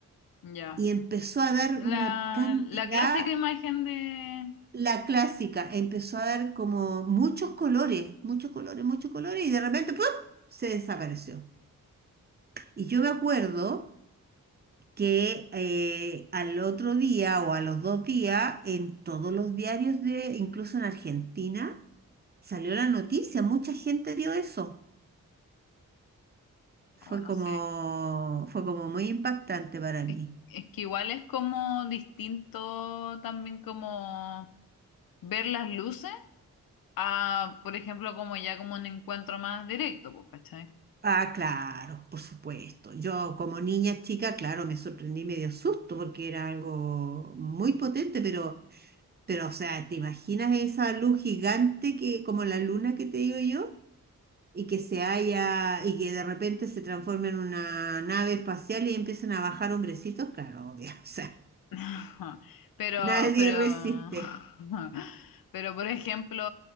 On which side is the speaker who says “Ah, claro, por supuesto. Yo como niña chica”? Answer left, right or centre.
Right